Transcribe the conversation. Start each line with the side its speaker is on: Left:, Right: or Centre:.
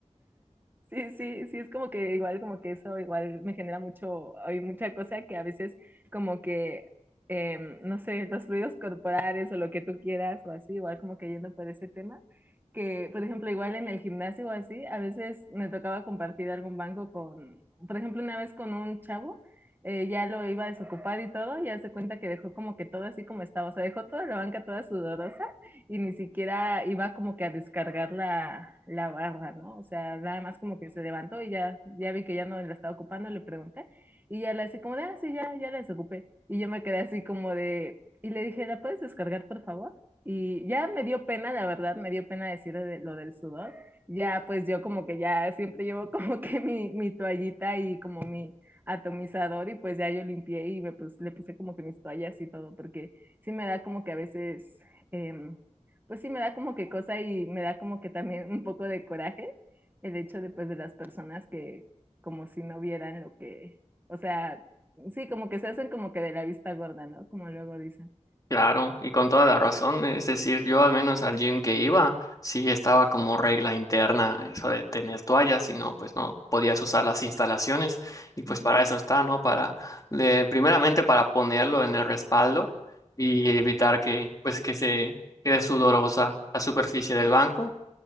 Right: Sí, sí, sí, es como que igual, como que eso igual me genera mucho, hay mucha cosa que a veces como que, em, no sé, los ruidos corporales o lo que tú quieras o así, igual como que yendo por ese tema, que por ejemplo igual en el gimnasio o así, a veces me tocaba compartir algún banco con, por ejemplo una vez con un chavo, eh, ya lo iba a desocupar y todo, y hace cuenta que dejó como que todo así como estaba, o sea, dejó toda la banca toda sudorosa y ni siquiera iba como que a descargar la, la barra, ¿no? O sea, nada más como que se levantó y ya, ya vi que ya no la estaba ocupando, le pregunté y ya la así como de, ah, sí, ya, ya la desocupé. Y yo me quedé así como de, y le dije, ¿la puedes descargar, por favor? Y ya me dio pena, la verdad, me dio pena decir de- lo del sudor. Ya, pues yo como que ya siempre llevo <laughs> como que mi, mi toallita y como mi atomizador y pues ya yo limpié y me pus- le puse como que mis toallas y todo, porque sí me da como que a veces em, pues sí me da como que cosa y me da como que también un poco de coraje el hecho de, pues, de las personas que como si no vieran lo que, o sea, sí, como que se hacen como que de la vista gorda, ¿no? Como luego dicen.
Left: Claro, y con toda la razón, es decir, yo al menos al gym que iba, sí estaba como regla interna eso de tener toallas, si no, pues no podías usar las instalaciones y pues
Right: Ujú.
Left: para eso está, ¿no? Para, de- primeramente para ponerlo en el respaldo y evitar que, pues que se quede sudorosa la superficie del banco